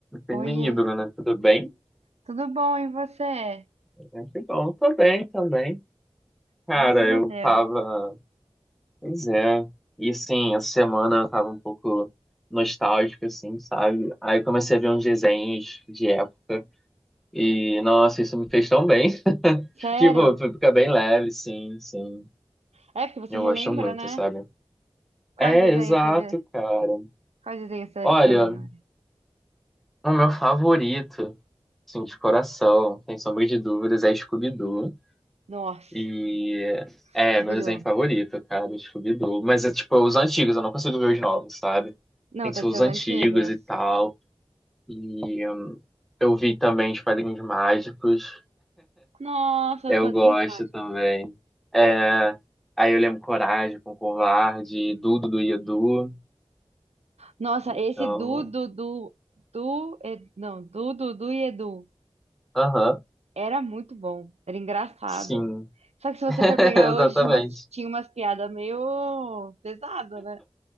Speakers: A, in the centre; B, on the right.
A: Feminino,
B: Oiê,
A: né? Tudo bem?
B: tudo bom e você?
A: Ah, Que bom, tô bem também. Cara,
B: Graças
A: eu
B: a Deus.
A: tava. Pois é. E assim, essa semana eu tava um pouco nostálgico, assim, sabe? Aí eu comecei a ver uns desenhos de época. E, nossa, isso me fez tão bem. <laughs>
B: Sério?
A: Tipo, fica bem leve, sim, sim.
B: É porque você
A: Eu
B: relembra,
A: gosto muito,
B: né?
A: sabe?
B: Quais
A: É,
B: desenhos
A: exato,
B: você vê?
A: cara.
B: Quais desenhos você,
A: Olha,
B: você lembra?
A: o meu favorito, assim, de coração, sem sombra de dúvidas, é Scooby-Doo.
B: Nossa,
A: E é,
B: Scooby-Doo.
A: meu desenho favorito, cara, do Scooby-Doo. Mas é tipo é os antigos, eu não consigo ver os novos, sabe?
B: Não,
A: Tem
B: tem
A: que ser
B: que
A: os
B: ser os
A: antigos
B: antigos.
A: e tal. E hum, eu vi também os Padrinhos Mágicos.
B: Nossa,
A: Eu
B: Padrinhos
A: gosto
B: Mágicos.
A: também. É, aí eu lembro Coragem com Covarde, Dudu do Edu.
B: Nossa,
A: Então,
B: esse Du, Dudu, Du, Ed- não, Du, Dudu e Edu.
A: aham,
B: Era muito bom, era engraçado.
A: sim,
B: Só que se você
A: <laughs>
B: for pegar
A: exatamente.
B: hoje, tinha umas, tinha umas piadas meio pesado, né?